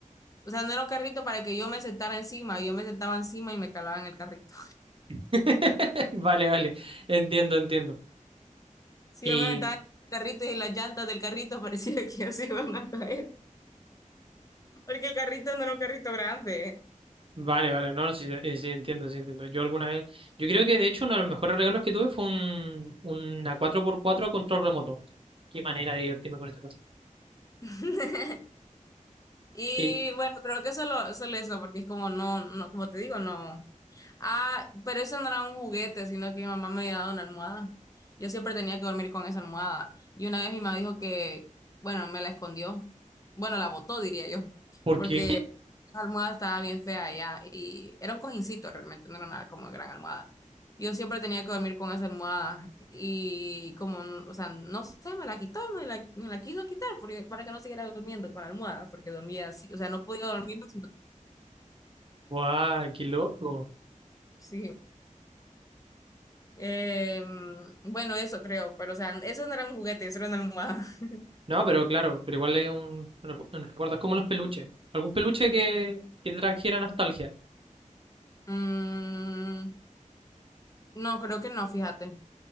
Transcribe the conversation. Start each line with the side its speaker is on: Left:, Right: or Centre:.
Left: O sea, no era un carrito para que yo me sentara encima, yo me sentaba encima y me calaba en el carrito.
Right: <laughs> Vale, vale. Entiendo, entiendo.
Left: Sí,
Right: Y
Left: yo me estaba en el carrito y las llantas del carrito <laughs> parecía que así iban a caer, porque el carrito no era un carrito grande.
Right: Vale, vale, no, sí, eh, sí, entiendo, sí, entiendo. Yo alguna vez, yo creo que de hecho uno de los mejores regalos que tuve fue un, una cuatro por cuatro a control remoto. Qué manera de divertirme con esa cosa.
Left: <laughs> Y
Right: Eh,
Left: bueno, creo que solo, solo eso, porque es como no, no, como te digo, no. Ah, pero eso no era un juguete, sino que mi mamá me había dado una almohada. Yo siempre tenía que dormir con esa almohada. Y una vez mi mamá dijo que, bueno, me la escondió. Bueno, la botó, diría yo,
Right: ¿por
Left: porque
Right: qué?
Left: La almohada estaba bien fea ya y era un cojincito realmente, no era nada como gran almohada. Yo siempre tenía que dormir con esa almohada y como, no- o sea, no sé, me la quitó, me la, me la quiso quitar porque, para que no siguiera durmiendo con la almohada, porque dormía así, o sea, no podía dormir. si no-
Right: <laughs> ¡Guau, qué loco!
Left: Sí. Eh, bueno, eso creo, pero o sea, eso no era un juguete, eso era una almohada. <laughs>
Right: No, pero claro, pero igual es un, recu- un recuerdo, es como los peluches. Algún peluche que, que te trajera nostalgia,
Left: Mm, no, creo que no, fíjate.